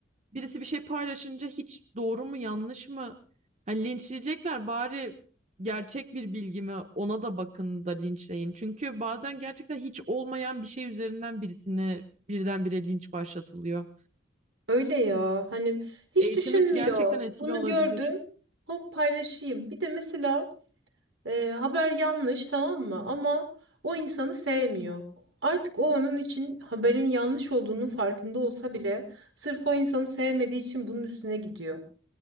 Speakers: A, on the right; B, on the right.
A: birisi bir şey paylaşınca hiç doğru mu yanlış mı? Hani linçleyecekler bari gerçek bir bilgi mi ona da bakın da linçleyin. Çünkü bazen gerçekten hiç olmayan bir şey üzerinden birisine birdenbire linç başlatılıyor.
B: öyle ya hani hiç
A: Eğitimi
B: düşünmüyor
A: gerçekten etkili
B: bunu
A: olabilir.
B: gördüm hop paylaşayım bir de mesela e, haber yanlış tamam mı ama o insanı sevmiyor artık o onun için haberin yanlış olduğunun farkında olsa bile sırf o insanı sevmediği için bunun üstüne gidiyor.